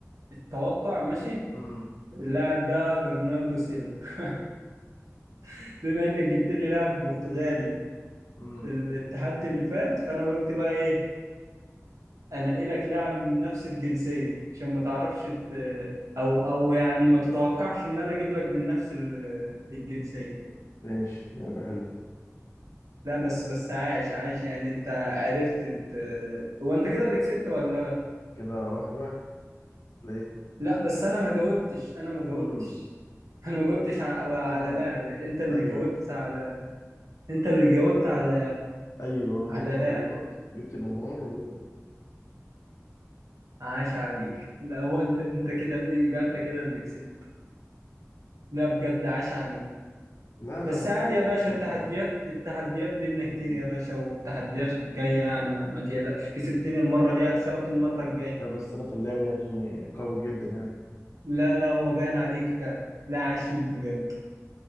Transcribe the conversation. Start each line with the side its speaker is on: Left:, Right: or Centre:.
Right: التوقع ماشي
Left: مم،
Right: اللاعب ده برناردو سيلفا <laughs> بما انك جبت لي لاعب برتغالي
Left: مم.
Right: التحدي اللي فات فانا قلت بقى ايه انقلك لاعب من نفس الجنسية عشان ما تعرفش ت... او او يعني ما تتوقعش ان انا اجيب لك من نفس ال- الجنسية
Left: ماشي لعبة حلوة
Right: لا بس بس عاش عاش يعني انت عرفت ت- هو انت كده اللي كسبت ولا لا
Left: كده واحد واحد ليه
Right: لا بس انا ما جاوبتش انا ما جاوبتش
Left: مم.
Right: انا ما جاوبتش على على
Left: آه،
Right: لاعب انت اللي
Left: أيوه
Right: جاوبت على انت اللي جاوبت على
Left: أيوه جبت
Right: على
Left: النمار
Right: لا
Left: جبت النمار و...
Right: عاش عليك
Left: مم.
Right: لا هو انت انت كده يبقى انت كده اللي كسبت لا بجد عاش عليك
Left: لا أنا
Right: بس عادي
Left: بلعب
Right: يا باشا
Left: يعني.
Right: التحديات التحديات بينا
Left: مم.
Right: كتير يا باشا والتحديات جاية يعني ما, ما تقلقش كسبتني المرة دي هكسبك المرة الجاية
Left: لا بس أنا في اللعبة دي يعني قوي جدا يعني إن
Right: لا لا هو باين عليك فعلا لا عاش ليك بجد